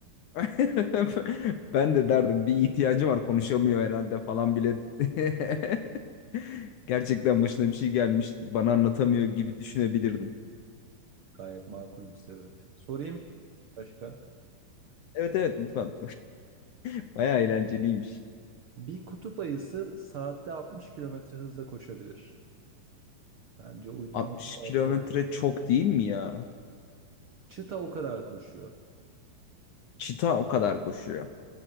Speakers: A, on the left (about 70°); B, on the right (about 75°).
A: <laughs> Ben de derdim bir ihtiyacı var konuşamıyor herhalde falan bile. <laughs> Gerçekten başına bir şey gelmiş bana anlatamıyor gibi düşünebilirdim.
B: Gayet makul bir sebep. Sorayım başka.
A: Evet evet lütfen. <laughs> bayağı eğlenceliymiş.
B: Bir kutup ayısı saatte 60 kilometre hızla koşabilir. Sence uydurma
A: 60
B: mı gerçek?
A: kilometre çok değil mi ya?
B: Çita o kadar koşuyor.
A: Çita o kadar koşuyor.